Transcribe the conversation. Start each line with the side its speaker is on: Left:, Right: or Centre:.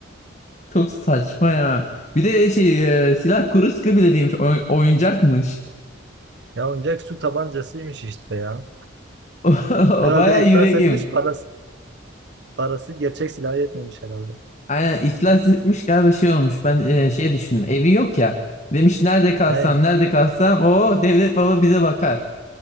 Left: Çok saçma ya. Bir de şey e, silah kuru sıkı bile değilmiş oy- oyuncakmış.
Right: Ya oyuncak su tabancasıymış işte ya.
Left: <laughs>
Right: Herhalde
Left: O baya
Right: iflas
Left: yüreğim.
Right: etmiş parası. Parası gerçek silahı yetmemiş herhalde.
Left: Aynen iflas etmiş galiba şey olmuş. Ben e, şey düşündüm evi yok ya. Demiş nerede kalsam
Right: Hey.
Left: nerede kalsam o devlet baba bize bakar.